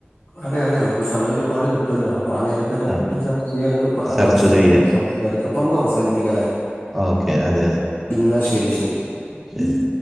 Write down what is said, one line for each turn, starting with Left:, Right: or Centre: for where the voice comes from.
Left: അതെ. അതെ നമുക്ക് സമയം ഒരുപാട് കിട്ടുല്ലോ. അപ്പൊ ആഹ് നേരത്തെ ഇതൊക്കെ
Centre: ആ
Left: ചർച്ച ചെയ്യാനോക്കെ
Centre: ചർച്ച
Left: അവസരം
Centre: ചെയ്യാം
Left: കിട്ടുമ്പോൾ സംസാരിക്കാം. ഇപ്പ നമ്മക്ക് അവസാനിപ്പിക്കാം. ല്ലേ
Centre: ഓക്കെ അതെ അതെ
Left: എന്നാ ശരി, ശരി.
Centre: ശരി